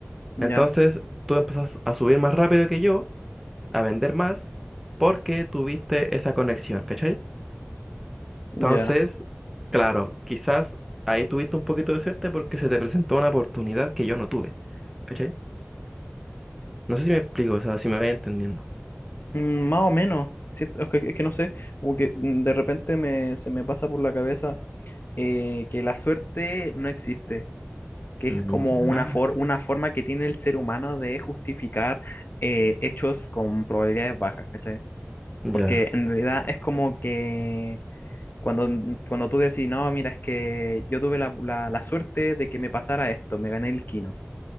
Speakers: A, on the left; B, in the centre.
A: ya,
B: Entonces tú empezás a subir más rápido que yo, a vender más, porque tuviste esa conexión, ¿cachai? Entonces,
A: ya.
B: claro, quizás ahí tuviste un poquito de suerte porque se te presentó una oportunidad que yo no tuve, ¿cachai? No sé si me explico, o sea, si me voy entendiendo.
A: Mm, más o menos. Siento- es que, es que no sé, como que mm, de repente me, se me pasa por la cabeza eh, que la suerte no existe que
B: Mm,
A: es como una,
B: Ya.
A: for- una forma que tiene el ser humano de justificar eh, hechos con probabilidades bajas, ¿cachai?
B: Ya.
A: Porque en realidad es como que cuando, cuando tú decís, no, mira, es que yo tuve la, la- la suerte de que me pasara esto, me gané el quino,